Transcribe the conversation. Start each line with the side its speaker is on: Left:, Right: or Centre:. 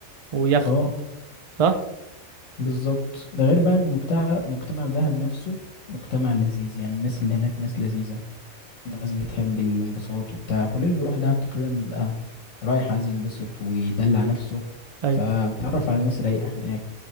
Right: ويخت
Left: اه
Right: صح
Left: بالظبط ده غير بقى ان مجتمع مجتمع دهب نفسه مجتمع لذيذ يعني الناس اللي هناك ناس لذيذة ناس بتحب الانبساط وبتاع كل اللي بيروح دهب تقريبا بيبقى رايح عايز ينبسط ويدلع نفسه
Right: ايوه
Left: فبتعرف على ناس رايقة هناك